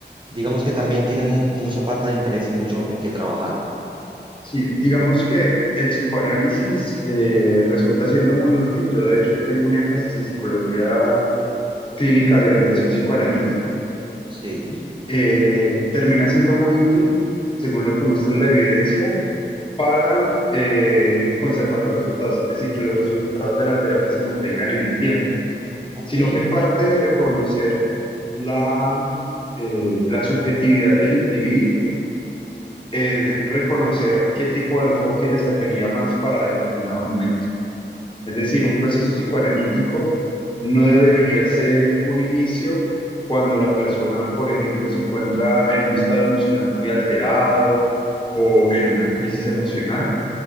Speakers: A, on the right (about 25°); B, on the left (about 25°).
A: digamos que también tienen mu- mucha parte de interés y mucho en qué trabajar.
B: sí, digamos que el psicoanálisis eh, resulta siendo muy útil. Yo de hecho tengo un énfasis en psicología clínica de orientación psicoanalítica.
A: Sí,
B: Eh, termina siendo muy útil, según lo que muestra la evidencia, para eh, conservar los resultados, es decir, que los resultados de la terapia se mantengan en el tiempo.
A: ok.
B: sino que parte de reconocer la, eh, la subjetividad del individuo, es reconocer qué tipo de enfoque le serviría más para determinado momento. Es decir, un proceso psicoanalítico no debería ser un inicio cuando la persona, por ejemplo, se encuentra en un estado emocional muy alterado o en una crisis emocional